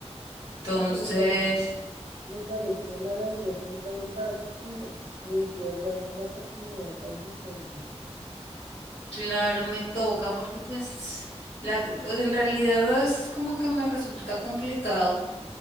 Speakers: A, on the left; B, on the right.
A: Entonces...
B: No, pero igual, me parece maravilloso en todo caso que le sigas dando una oportunidad al diseño.
A: Claro, me toca porque pues la, en realidad a veces como que me resulta complicado,